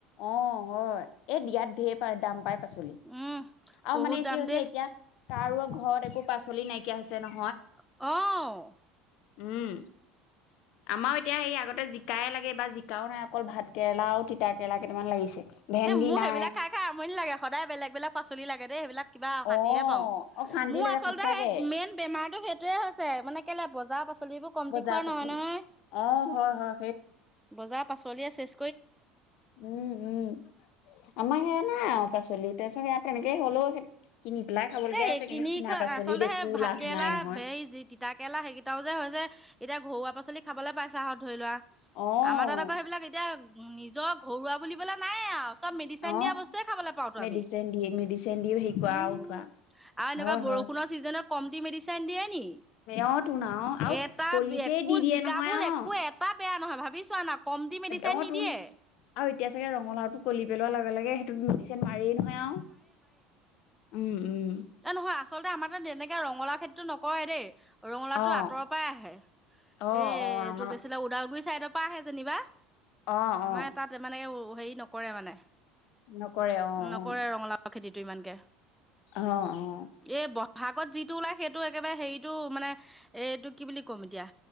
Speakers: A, on the left (about 60°); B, in the centre.
A: অ', হয় এ দিয়াত ঢেৰ পাই দাম পাই পাছ। পাচলি
B: উম
A: আৰু
B: বহুত
A: মানে
B: দাম
A: কি হৈছে
B: দেই
A: এতিয়া কাৰো ঘৰত একো পাচলি নাইকিয়া হৈছে নহয়।
B: অ'।
A: উম, আমাৰ এতিয়া সেই আগতে জিকাই লাগে বা জিকাও নাই। অকল ভাত কেৰেলা আৰু তিতা কেৰেলা কেইটামান লাগিছে। ভেন্দি
B: এ মোক
A: নাই
B: সেইবিলাক খাই খাই আমনি লাগে সদায় বেলেগ বেলেগ পাচলি লাগেই দেই সেইবিলাক। কিবা অশান্তিহে
A: অ
B: পাওঁ,
A: অ শান্তি
B: মোৰ
A: লাগে
B: আচলতে
A: সঁচাকে
B: সেই মেইন বেমাৰটো সেই। হৈছে মানে কেলে বজাৰৰ পাচলি। পাচলিবোৰ কমটি
A: বজাৰ
B: খোৱা
A: পাচলি
B: নহয়-নহয়,
A: অ হয় হয়
B: বজাৰৰ পাচলিয়ে শেষ।
A: উম-উম। আমাৰ সেয়া নাই পাচলি তাৰপিছত সেয়া তেনেকেই হ'লেও। কিনি পেলাই খাবলগীয়া
B: এই
A: হৈছে কিন্তু
B: কিনি
A: কিনা
B: খোৱা
A: পাচলিত
B: আচলতে
A: একো
B: সেই ভাত
A: লাভ
B: কেৰেলা
A: নাই নহয়
B: হেই তিতা কেৰেলা সেইকেইটাও যে হৈছে। এতিয়া ঘৰুৱা পাচলি খাবলৈ পাইছা আৰু ধৰি লোৱা
A: অ
B: আমাৰ তাতে আকৌ সেইবিলাক এতিয়া। নিজৰ ঘৰুৱা বুলিবলে নাই আৰু। চব মেডিচিন
A: অ',
B: দিয়া বস্তু খাবলে পাও
A: মেডিচিন
B: আমি
A: দিয়ে মেডিচিন দিও হেৰি কৰা
B: উম,
A: আৰু উঠোৱা
B: আৰু এনেকুৱা
A: হয়
B: বৰষুণৰ
A: হয়
B: ছিজনত কম দি মেডিচিনন দিয়ে নি।
A: অ', তোন আৰু আৰু
B: এটা
A: কলিতে
B: একো
A: দি দিয়ে
B: জিকা
A: নহয়
B: ভুল
A: আৰু ন
B: একো এটা বেয়া নহয় ভাবি চোৱা ন। কমটি মেডিচিন
A: অ',
B: নিদিয়ে।
A: তোন আৰু এতিয়া চাগে ৰঙালাওটো কলি পেলোৱা লগে লগে সেইটোত মেডিচিন মাৰিয়েই নহয় আৰু। উম উম
B: এই নহয় আচলতে আমাৰ এনেকে ৰঙালা খেতিটো নকৰে দেই। ৰঙালাউটো
A: অ',
B: আঁতৰৰ পৰাই আহে,
A: অ',
B: এই
A: অ', ৰঙালাও
B: এইটো কি আছিলে ওদালগুৰি চাইডৰ পৰা আহে যেনিবা।
A: অ',
B: আমাৰ
A: অ',
B: তাত মানে হেৰি নকৰে মানে
A: নকৰে অ',
B: নকৰে
A: অ',
B: ৰঙালাও খেতিটো ইমানকে।
A: অ', অ',
B: এই বহাগত যিটো ওলাই সেইটো একেবাৰে হেৰিটো মানে এইটো কি বুলি ক'ম এতিয়া